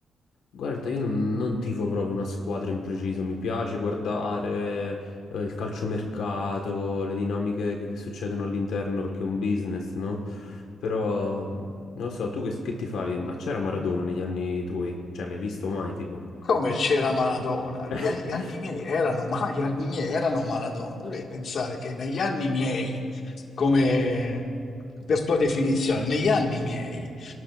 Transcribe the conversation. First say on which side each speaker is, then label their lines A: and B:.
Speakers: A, on the left; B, on the left.
A: Guarda, io non, non tifo proprio una squadra in preciso, mi piace guardare eh, il calciomercato, le dinamiche che, che succedono all'interno perché è un business, no? Però, mh, non lo so, tu che, che tifavi? Ma c'era Maradona negli anni tuoi? Cioè, l'hai visto mai, tipo?
B: Come c'era Maradona?
A: <laughs>
B: I miei- gli anni miei erano, ma gli anni miei erano Maradona. Dovrei pensare che negli anni miei, come per tua definizione, negli anni miei.